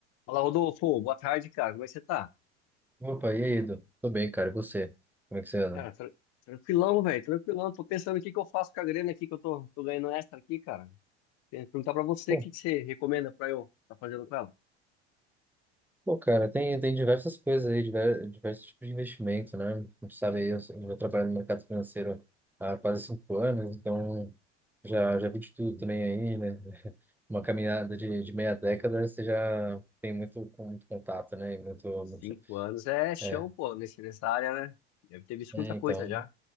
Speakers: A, on the left; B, in the centre.
A: Fala, Rodolfo. Boa tarde, cara. Como é que você tá?
B: Opa, e aí, Edu? Tô bem, cara. E você? Como é que você anda?
A: Cara, tra- tranquilão, velho. Tranquilão. Tô pensando o que que eu faço com a grana aqui que eu tô, tô ganhando extra aqui, cara. Queria Perguntar pra você
B: Bom,
A: o que que você recomenda pra eu tá fazendo com ela.
B: bom, cara, tem, tem diversas coisas aí, diver- diversos tipos de investimento, né? Como tu sabe aí, eu, eu trabalho no mercado financeiro há quase cinco anos, então já, já vi de tudo também aí, né? <laughs> Uma caminhada de, de meia década, você já tem muito, com muito contato, né? E muito, muito-
A: Cinco anos é chão,
B: é,
A: pô, nesse, nessa área, né? Deve ter visto
B: é,
A: muita coisa
B: então,
A: já.